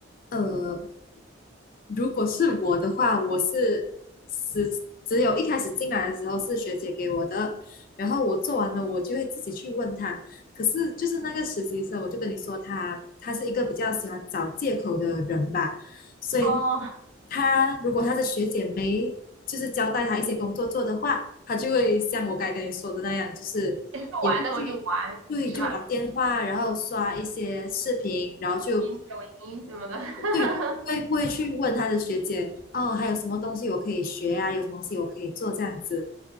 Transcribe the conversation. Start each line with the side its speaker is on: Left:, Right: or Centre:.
Left: 呃，如果是我的话，我是是只有一开始进来的时候是学姐给我的，然后我做完了，我就会自己去问她。可是就是那个实习生，我就跟你说他，他是一个比较喜欢找借口的人吧，所以
Right: 哦，
Left: 他如果他的学姐没就是交代他一些工作做的话，他就会像我刚才跟你说的那样，就是也不去。
Right: 诶做完了我就玩，
Left: 对，
Right: 是吧？
Left: 就玩电话，然后刷一些视频，然后就
Right: 音抖音什么的。<laughs>
Left: 对，就不会不会去问他的学姐哦，还有什么东西我可以学啊？有什么东西我可以做这样子，